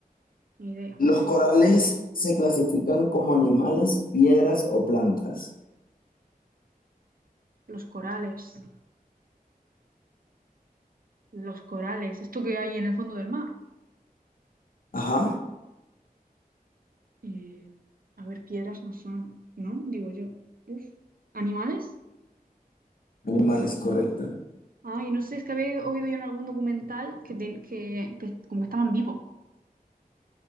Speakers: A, on the right; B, on the left.
A: Ni idea.
B: Los corales se clasifican como animales, piedras o plantas.
A: Los corales. Los corales. Esto que hay en el fondo del mar.
B: Ajá,
A: Eh, a ver, piedras no son, ¿no? Digo yo. Uf. ¿Animales?
B: animales, correcto.
A: Ay, no sé, es que había oído yo en algún documental que, ten- que, que como que estaban vivos.